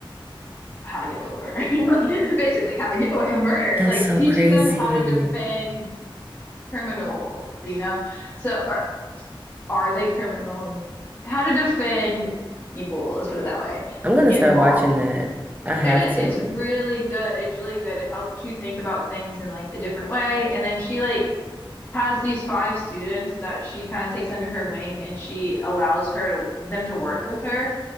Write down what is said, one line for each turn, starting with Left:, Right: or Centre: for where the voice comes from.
Left: how to get away with murder <laughs> basically how to get away with murder
Right: That's
Left: like
Right: so
Left: teaching
Right: crazy.
Left: them how to defend criminals you know so are are they criminals how to defend people let's put it that way
Right: I'm gonna
Left: in
Right: start
Left: law
Right: watching that. I have
Left: and it
Right: to.
Left: it's really good it's really good it helps you think about things in like a different way and then she like has these five students that she kind of takes under her wing and she allows her to them to work with her.